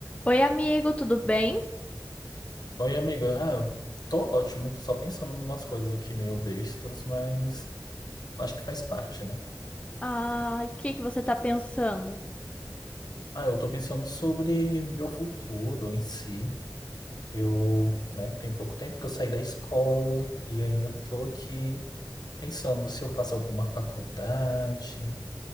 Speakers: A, on the left; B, on the left.
A: Oi, amigo, tudo bem?
B: Oi, amiga. Ah, eu tô ótimo, só pensando em umas coisas aqui meio bestas, mas acho que faz parte, né?
A: Ai, o que que você tá pensando?
B: Ah, eu tô pensando sobre meu futuro em si. Eu, né, tem pouco tempo que eu saí da escola e ainda tô aqui pensando se eu faço alguma faculdade,